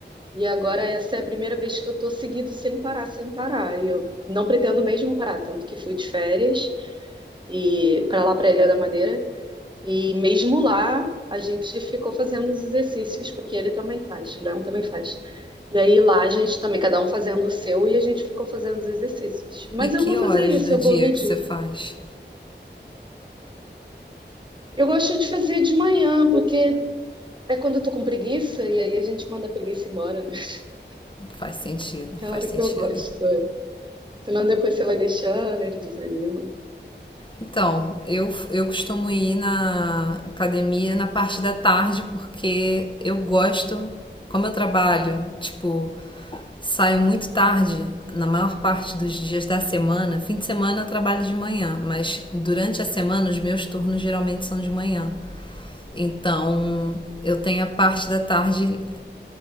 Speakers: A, on the right; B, on the left.
A: E agora essa é a primeira vez que eu tô seguido sem parar, sem parar. E eu não pretendo mesmo parar, tanto que fui de férias e para lá para Ilha da Madeira. E mesmo lá a gente ficou fazendo os exercícios, porque ele também faz, o Leão também faz. E aí lá a gente também, cada um fazendo o seu, e a gente ficou fazendo os exercícios. Mas
B: E que
A: eu vou
B: horas
A: fazer isso,
B: do
A: eu
B: dia
A: vou medir.
B: que você faz?
A: Eu gosto de fazer de manhã, porque é quando eu tô com preguiça, e aí a gente manda a preguiça embora, né? <laughs>
B: Faz sentido,
A: É a
B: faz
A: hora
B: sentido.
A: que eu gosto. é. Senão depois você vai deixando, ele desanima.
B: Então, eu, eu costumo ir na academia na parte da tarde porque eu gosto, como eu trabalho, tipo, Saio muito tarde, na maior parte dos dias da semana. Fim de semana eu trabalho de manhã, mas durante a semana os meus turnos geralmente são de manhã. Então eu tenho a parte da tarde